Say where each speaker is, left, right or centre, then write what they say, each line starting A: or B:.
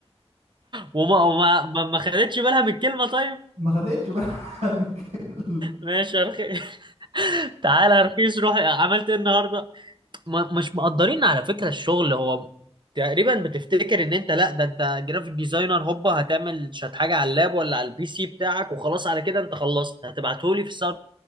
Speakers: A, on the right; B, on the right.
A: وما وما ما ما خدتش بالها من الكلمه طيب
B: ما خدتش بقى <laughs> من الكلمة.
A: ماشي يا رخيص <laughs> تعالى يا رخيص روح عملت ايه النهارده ما مش مقدرين على فكره الشغل هو تقريبا بتفتكر ان انت لا ده انت جرافيك ديزاينر هوبا هتعمل شات حاجه على اللاب ولا على البي سي بتاعك وخلاص على كده انت خلصت هتبعتهولي في الساعه